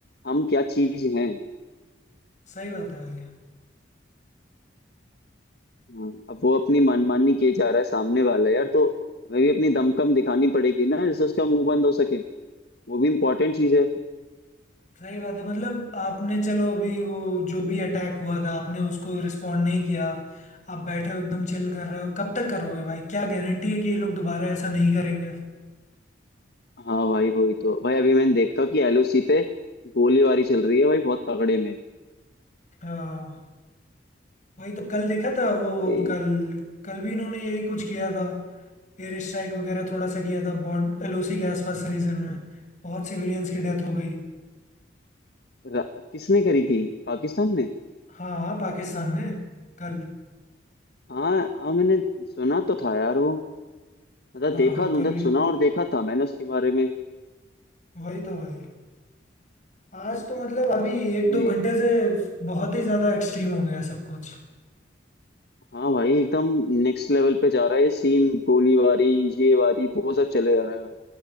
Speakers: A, on the left; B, on the left.
A: हम क्या चीज हैं
B: सही बात है भाई
A: हाँ, अब वो अपनी मनमानी किए जा रहा है सामने वाला यार तो हमें भी अपनी दमकम दिखानी पड़ेगी ना जिससे उसका मुंह बंद हो सके वो भी इम्पोर्टेंट चीज है
B: सही बात है मतलब आपने चलो अभी वो जो भी अटैक हुआ था आपने उसको रिस्पोंड नहीं किया आप बैठे हो एकदम चिल कर रहे हो कब तक करोगे भाई क्या गारंटी है कि ये लोग दोबारा ऐसा नहीं करेंगे
A: हाँ भाई वही तो भाई अभी मैंने देखा कि एलओसी पे गोलीबारी चल रही है भाई बहुत तगड़े में
B: हाँ वही तो कल देखा था वो
A: भाई
B: कल कल भी इन्होंने यही कुछ किया था एयर स्ट्राइक वगैरह थोड़ा सा किया था बॉर्ड एलओसी के आसपास के रीजन में बहुत सिविलियंस की डेथ हो गई
A: र- किसने करी थी पाकिस्तान ने
B: हाँ हाँ पाकिस्तान ने कल
A: हाँ हाँ मैंने सुना तो था यार वो मतलब
B: हाँ
A: देखा
B: हाँ
A: मतलब
B: कल ही
A: सुना और देखा था मैंने उसके बारे में
B: वही तो भाई आज तो मतलब अभी
A: अरे
B: एक दो
A: यार,
B: घंटे से बहुत ही ज्यादा एक्सट्रीम हो गया सब कुछ
A: हाँ भाई एकदम नेक्स्ट लेवल पे जा रहा है सीन गोलीबारी ये वारी वो सब चले जा रहा है